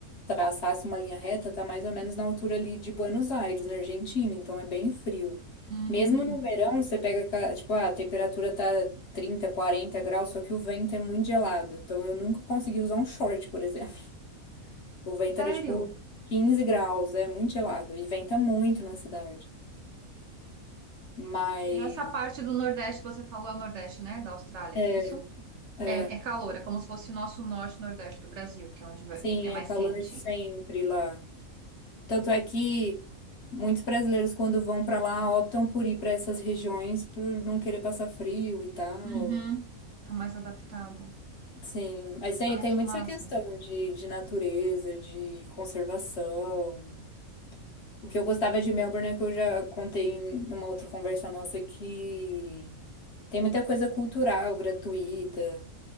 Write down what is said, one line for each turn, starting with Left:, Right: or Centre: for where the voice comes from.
Left: traçasse uma linha reta, tá mais ou menos na altura ali de Buenos Aires, na Argentina, então é bem frio.
Right: Hum,
Left: Mesmo no verão, você pega, aquela- tipo, ah, a temperatura tá 30 40 graus, só que o vento é muito gelado. Então eu nunca consegui usar um short, por exemplo. <laughs> O vento
Right: sério?
Left: era tipo 15 graus, é muito gelado e venta muito na cidade. Mas
Right: E nessa parte do Nordeste, você falou é o Nordeste, né? Da Austrália,
Left: é,
Right: é isso?
Left: é,
Right: É, é calor, é como se fosse nosso norte e nordeste do Brasil, que é onde vai-
Left: sim,
Right: é mais
Left: é calor
Right: quente.
Left: sempre lá. Tanto é que muitos brasileiros, quando vão para lá, optam por ir para essas regiões por não querer passar frio e tal.
Right: Uhum. Tá mais adaptado.
Left: Sim, mas tem,
Right: Ai,
Left: tem
Right: que
Left: muito
Right: massa.
Left: essa questão de, de natureza, de conservação. O que eu gostava de Melbourne é que eu já contei em uma outra conversa nossa que tem muita coisa cultural, gratuita.